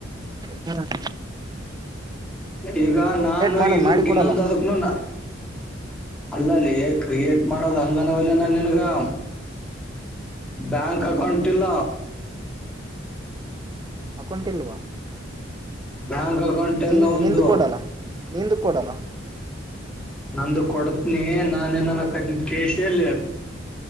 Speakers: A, on the right; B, in the centre.
A: ಕರಟ್ಟ್
B: ಈಗ ನಾನು
A: ಮಾಡು
B: ಇದಕ್
A: ಮಾಡಿ ಕೊಡಲ್ಲ
B: ಇನ್ನೊಂದ್
A: ಹ
B: ಅದಕ್ನ ಅಲ್ಲಲ್ಲೇ ಕ್ರಿಯೇಟ್ ಮಾಡದ ಹಂಗನವಲ್ಲ ನಾನ್ ನಿನ್ಗಾ ಬ್ಯಾಂಕ್ ಅಕೌಂಟ್ ಇಲ್ಲ
A: ಅಕೌಂಟ್ ಇಲ್ವಾ
B: ಬ್ಯಾಂಕ್ ಅಕೌಂಟ್
A: ನಿನ್
B: ಎಲ್ಲ ಒಂದು
A: ನಿಂದ್ ಕೊಡಲ್ಲ ನಿಂದ್ ಕೊಡಲ್ಲ
B: ನಂದು ಕೊಡತ್ನಿ ನಾನೇ ನನ ಕ ಕೇಶೇಲ್ಲಿ